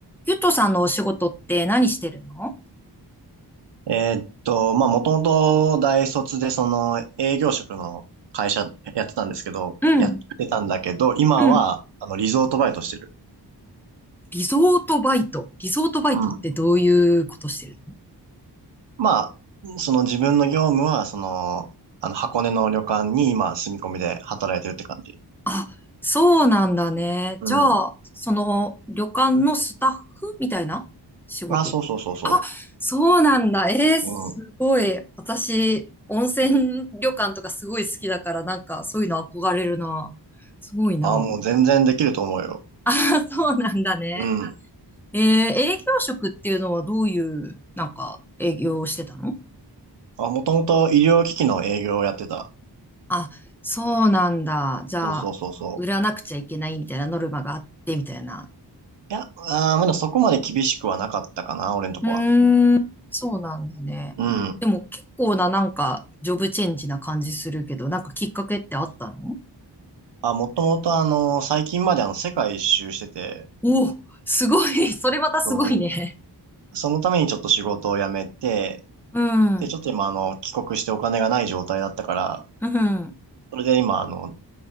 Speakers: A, in the centre; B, on the right.
A: ゆとさんのお仕事って何してるの
B: えーっと、まあ、もともと大卒でその営業職の会社やってたんですけど、
A: うん、
B: やってたんだけど、今は、
A: うん。
B: あの、リゾートバイトしてる。
A: リゾートバイト。リゾートバイトってどういうことしてるの
B: うん。まあ、その自分の業務は、その、あの、箱根の旅館に今住み込みで働いてるって感じ。
A: あ、そうなんだね。
B: うん。
A: じゃあ、その旅館のスタッフみたいな仕事。
B: あ、そうそうそうそ
A: あ、そうなんだ。えー、すごい。
B: う。うん。
A: 私、温泉旅館とかすごい好きだから、なんかそういうの憧れるな。すごいな。
B: あ、もう全然できると思うよ。
A: あ、そうなんだね。
B: うん。
A: えー、営業職っていうのはどういう、なんか営業をしてたの
B: あ、もともと医療機器の営業をやってた。
A: あ、そうなんだ。じゃあ、
B: そうそうそうそう。
A: 売らなくちゃいけないみたいなノルマがあって、みたいな。
B: いや、あー、まだそこまで厳しくはなかったかな、俺のとこは。
A: うーん、そうなんだね。
B: うん。
A: でも結構ななんか、ジョブチェンジな感じするけど、なんかきっかけってあったの
B: あ、もともとあの、最近まであの、世界一周してて、
A: おお、すごい。<laughs> それまたすごいね。
B: そうそのためにちょっと仕事を辞めて、
A: うん、
B: で、ちょっと今あの、帰国してお金がない状態だったから、
A: うん。
B: それで今あの、